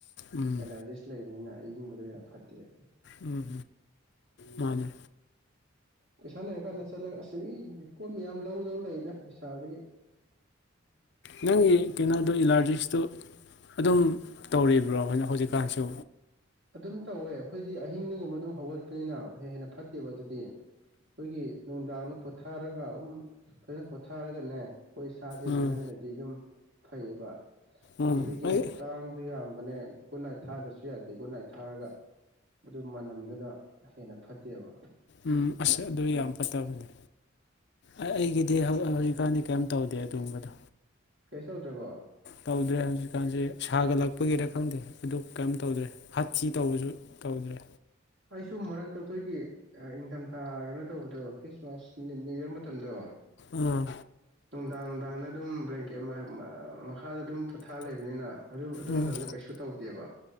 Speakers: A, on the left (about 60°); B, on the right (about 60°).
A: ꯎꯝ
B: ꯑꯦꯂꯔꯖꯤꯁ ꯂꯩꯕꯅꯤꯅ ꯑꯏꯪꯕꯗꯣ ꯌꯥꯝ ꯐꯠꯇꯦꯕ
A: ꯎꯝ ꯃꯥꯅꯦ
B: ꯄꯩꯁꯥ ꯂꯩꯔꯀꯥꯟꯗ ꯆꯠꯂꯒ ꯑꯁꯤꯁ ꯃꯤ ꯄꯣꯠ ꯃꯌꯥꯝ ꯂꯧꯗꯧ ꯂꯩꯏꯗ ꯕꯤꯁꯥꯜꯗꯒꯤ
A: ꯅꯪꯒꯤ ꯀꯩꯅꯣꯗꯣ ꯑꯦꯂꯥꯔꯖꯤꯛꯁꯇꯣ ꯑꯗꯨꯝ ꯇꯧꯔꯤꯕ꯭ꯔꯣ ꯍꯧ ꯍꯧꯖꯤꯛꯀꯥꯟꯁꯨ
B: ꯑꯗꯨꯝ ꯇꯧꯋꯦ ꯑꯩꯈꯣꯏꯗꯤ ꯑꯍꯤꯡꯗꯒꯨꯝꯕ ꯑꯗꯨꯝ ꯍꯧꯒꯠꯄꯅꯤꯅ ꯍ ꯍꯦꯟꯅ ꯐꯠꯇꯦꯕ ꯑꯗꯨꯗꯤ ꯑꯩꯈꯣꯏꯒꯤ ꯅꯨꯡꯗꯥꯡꯗ ꯄꯣꯊꯥꯔꯒ ꯑꯗꯨꯝ ꯐꯖꯅ ꯄꯣꯊꯥꯔꯒꯅꯦ ꯑꯩꯈꯣꯏ ꯁꯥꯁꯦ
A: ꯎꯝ
B: ꯏꯪꯍꯟꯗꯗꯤ ꯑꯗꯨꯝ ꯐꯩꯌꯦꯕ
A: ꯎꯝ
B: ꯑꯗꯨꯗꯒꯤ
A: ꯑꯩ
B: ꯀꯥꯡꯁꯨ ꯌꯥꯝ ꯃꯅꯦ ꯒꯨꯠꯅꯥꯏꯠ ꯊꯥꯗꯁꯨ ꯌꯥꯗꯦ ꯒꯨꯠꯅꯥꯏꯠ ꯊꯥꯔꯒ ꯑꯗꯨ ꯃꯅꯝꯗꯨꯅ ꯍꯦꯟꯅ ꯐꯠꯇꯦꯕ
A: ꯎꯝ ꯑꯁ ꯑꯗꯨ ꯌꯥꯝ ꯐꯠꯇꯕꯅꯦ ꯑꯩꯒꯤ ꯍꯧꯖꯤꯛꯀꯥꯟꯗꯤ
B: ꯈꯪꯗꯦ
A: ꯀꯔꯤꯝ ꯇꯧꯗꯦ ꯑꯗꯨꯒꯨꯝꯕꯗꯣ
B: ꯀꯩ ꯇꯧꯗ꯭ꯔꯕꯣ
A: ꯇꯧꯗ꯭ꯔꯦ ꯍꯧꯖꯤꯛꯀꯥꯟꯁꯦ ꯁꯥꯒꯠꯂꯛꯄꯒꯤꯔ ꯈꯪꯗꯦ ꯑꯗꯨ ꯀꯔꯤꯝ ꯇꯧꯗ꯭ꯔꯦ ꯍꯥꯊꯤ ꯇꯧꯕꯁꯨ ꯇꯧꯗ꯭ꯔꯦ
B: ꯑꯩꯁꯨ ꯃꯔꯛꯇ ꯑꯩꯈꯣꯏꯒꯤ ꯏꯟꯊꯝ ꯀꯩꯅꯣ ꯇꯧꯕꯗꯣ ꯈ꯭ꯔꯤꯁꯃꯥꯁ ꯅ꯭ꯌꯨ ꯌꯔ ꯃꯇꯝꯗꯣ
A: ꯑꯥ
B: ꯅꯨꯡꯗꯥꯡ ꯅꯨꯡꯗꯥꯡꯗ ꯑꯗꯨꯝ ꯕ꯭ꯂꯦꯡꯀꯦꯠ ꯃꯈꯥꯗ ꯑꯗꯨꯝ ꯄꯣꯊꯥ ꯂꯩꯕꯅꯤꯅ ꯑꯗꯨ ꯑꯗꯨ
A: ꯎꯝ
B: ꯃꯇꯝꯗ ꯀꯩꯁꯨ ꯇꯧꯗꯦꯕ